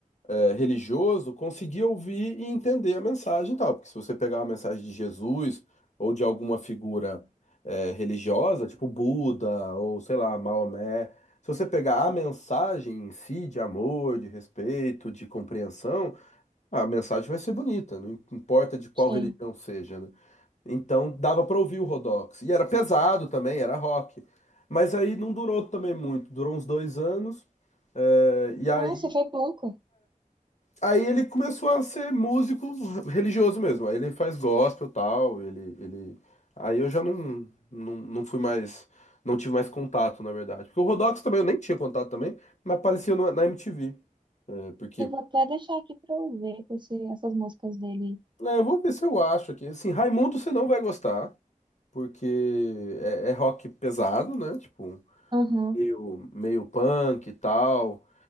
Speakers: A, on the left (about 55°); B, on the right (about 35°).
A: é, religioso conseguir ouvir e entender a mensagem e tal. Porque se você pegar uma mensagem de Jesus ou de alguma figura é, religiosa, tipo Buda ou sei lá, Maomé, se você pegar a mensagem em si de amor, de respeito, de compreensão, a mensagem vai ser bonita, não importa de qual
B: Sim.
A: religião seja, né? Então dava para ouvir o Rodox. E era pesado também, era rock. Mas aí não durou também muito, durou uns dois anos. É, e aí
B: Nossa, foi pouco.
A: Aí ele começou a ser músico religioso mesmo. Aí ele faz gospel e tal, ele, ele... Aí eu já não, não, não fui mais... Não tive mais contato, na verdade. Porque o Rodox também, eu nem tinha contato também, mas aparecia no- na MTV. É, porque...
B: Eu vou até deixar aqui pra eu ver esse, essas músicas dele.
A: É, eu vou ver se eu acho aqui. Assim, Raimundo você não vai gostar, porque é, é rock pesado, né? Tipo,
B: Uhum.
A: meio, meio punk e tal.